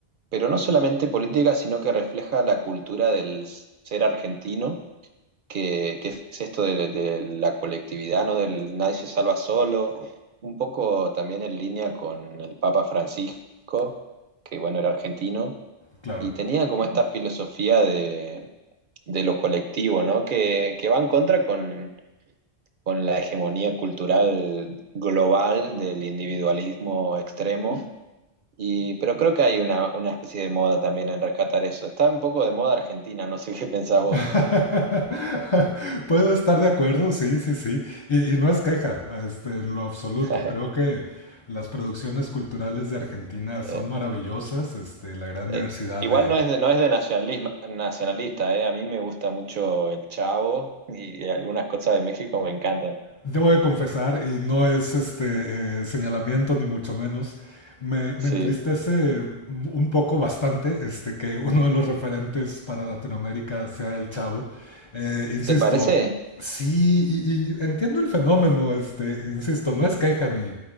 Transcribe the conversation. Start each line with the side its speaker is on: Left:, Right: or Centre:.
Right: pero no solamente política, sino que refleja la cultura del ser argentino, que, que es esto de, de la colectividad, ¿no? Del nadie se salva solo, un poco también en línea con el Papa Francisco, que bueno, era argentino
Left: Claro.
Right: y tenía como esta filosofía de de lo colectivo, ¿no? Que, que va en contra con, con la hegemonía cultural global del individualismo extremo. Y, pero creo que hay una, una especie de moda también en rescatar eso. Está un poco de moda argentina, no sé qué pensás vos.
Left: <laughs> Puedo estar de acuerdo, sí, sí, sí. Y, y no es queja, este, en lo absoluto.
Right: <laughs>
Left: Creo que las producciones culturales de Argentina son
Right: Eh,
Left: maravillosas, este, la gran
Right: eh,
Left: diversidad
Right: igual
Left: de,
Right: no es de, no es de nacionalismo, nacionalista, eh. A mí me gusta mucho el Chavo y algunas cosas de México me encantan.
Left: Debo de confesar, y no es este eh, señalamiento ni mucho menos, me, me
Right: Sí.
Left: entristece un poco bastante este, que uno de los referentes para Latinoamérica sea el Chavo. Eh, insisto,
Right: ¿Te parece?
Left: sí, y, y entiendo el fenómeno, este, insisto, no es queja ni,